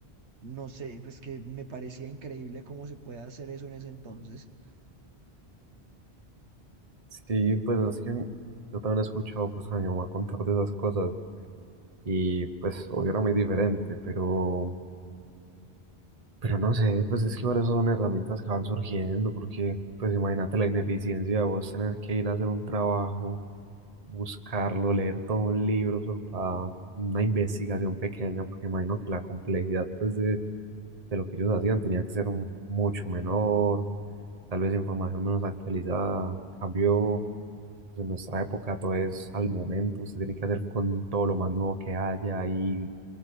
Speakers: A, on the right (about 85°); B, on the right (about 35°).
A: no sé, pues que me parecía increíble cómo se puede hacer eso en ese entonces.
B: Sí, pues es que yo también he escuchado pues a mi mamá contar de esas cosas y pues hoy era muy diferente, pero, pero no sé, pues es que igual esas son herramientas que van surgiendo porque pues imagínate la ineficiencia de vos tener que ir a hacer un trabajo buscarlo, leer todo un libro solo para una investigación pequeña, porque imagino que la complejidad pues de, de lo que ellos hacían tenía que ser un- mucho menor, tal vez información menos actualizada. En Cambio, pues en nuestra época todo es al momento, se tiene que hacer con todo lo más nuevo que haya y